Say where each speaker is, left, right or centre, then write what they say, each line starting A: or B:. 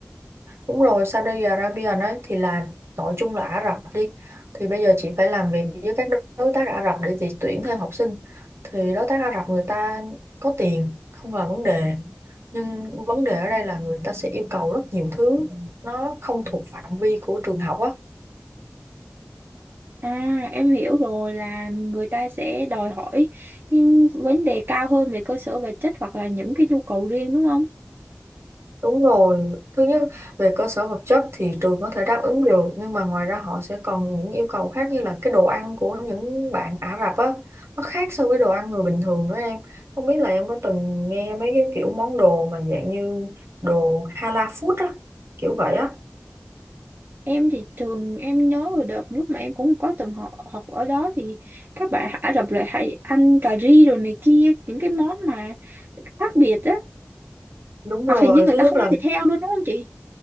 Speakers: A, on the right; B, on the right.
A: đúng rồi Saudi Arabia nói thì là gọi chung là Ả Rập đi thì bây giờ chị phải làm việc với các đối tác Ả Rập để chị tuyển thêm học sinh thì đối tác Ả Rập người ta có tiền không là vấn đề nhưng vấn đề ở đây là người ta sẽ yêu cầu rất nhiều thứ nó không thuộc phạm vi của trường học á
B: À, em hiểu rồi là người ta sẽ đòi hỏi những vấn đề cao hơn về cơ sở vật chất hoặc là những cái nhu cầu riêng đúng không?
A: Đúng rồi, thứ nhất về cơ sở vật chất thì trường có thể đáp ứng được nhưng mà ngoài ra họ sẽ còn những yêu cầu khác như là cái đồ ăn của những bạn Ả Rập á nó khác so với đồ ăn người bình thường nữa em không biết là em có từng nghe mấy cái kiểu món đồ mà dạng như đồ halal food á kiểu vậy á
B: Em thì trường em nhớ hồi đợt lúc mà em cũng có từng học học ở đó thì các bạn Ả Rập lại hay ăn cà ri rồi này kia những cái món mà khác biệt á
A: đúng
B: hoặc
A: rồi
B: hình như người
A: thứ
B: ta
A: nhất
B: không
A: là
B: ăn thịt heo luôn đúng không chị?